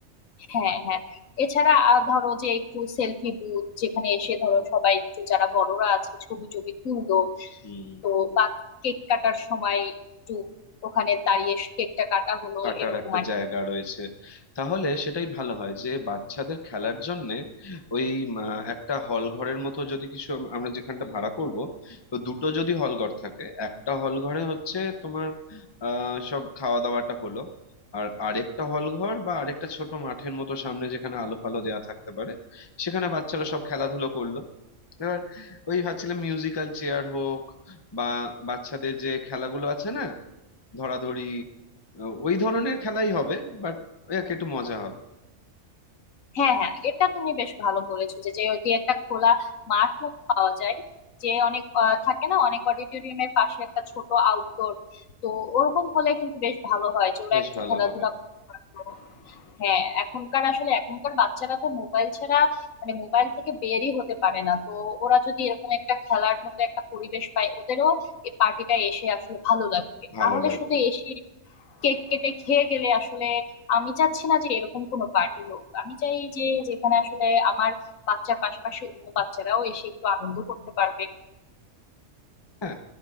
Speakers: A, on the left (about 80°); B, on the left (about 25°).
A: হ্যাঁ হ্যাঁ এছাড়া আর ধরো যে একটু সেলফি বুথ যেখানে এসে ধরো সবাই একটু যারা বড়রা আছে ছবি টবি তুললো
B: হুম
A: তো বা কেক কাটার সময় একটু ওখানে দাঁড়িয়ে কেকটা কাটা হলো
B: কাটার
A: এরকম
B: একটা
A: আর
B: জায়গা
A: কি
B: রয়েছে তাহলে সেটাই ভালো হয় যে বাচ্চাদের খেলার জন্য ওই উম, আহ, একটা হল ঘরের মতো যদি কিছু আম- আমরা যেখানটা ভাড়া করব তো দুটো যদি হল ঘর থাকে একটা হল ঘরে হচ্ছে তোমার আহ সব খাওয়া দাওয়াটা হলো আর আরেকটা হল ঘর বা আরেকটা ছোট মাঠের মতো সামনে যেখানে আলো ফালো দেওয়া থাকতে পারে সেখানে বাচ্চারা সব খেলাধুলো করলো এবার ওই ভাবছিলাম মিউজিক্যাল চেয়ার হোক বা বাচ্চাদের যে খেলাগুলো আছে না ধরাধরি আহ, ওই ধরনের খেলাই হবে বাট ওই আর কি একটু মজা হবে
A: হ্যাঁ হ্যাঁ এটা তুমি বেশ ভালো বলেছো যে যদি একটা খোলা মাঠ মতো পাওয়া যায় যে অনেক আহ, থাকে না অনেক অডিটোরিয়ামের পাশে একটা ছোট আউটডোর তো ওরকম হলে কিন্তু বেশ ভালো হয় যে ওরা
B: বেশ
A: একটু
B: ভালো
A: খেলাধুলা
B: হবে
A: করতে পারলো হ্যাঁ এখনকার আসলে এখনকার বাচ্চারা তো মোবাইল ছাড়া মানে মোবাইল থেকে বেরই হতে পারে না তো ওরা যদি এরকম একটা খেলার মতো একটা পরিবেশ পায় ওদেরও এই পার্টিটা এসে আসলে ভালো লাগবে
B: ভালো
A: তাহলে
B: লাগবে
A: শুধু এসে কেক কেটে খেয়ে গেলে আসলে আমি চাচ্ছি না যে এরকম কোনো পার্টি হোক আমি চাই যে যেখানে আসলে আমার বাচ্চার পাশাপাশি অন্য বাচ্চারাও এসে একটু আনন্দ করতে পারবে
B: হ্যাঁ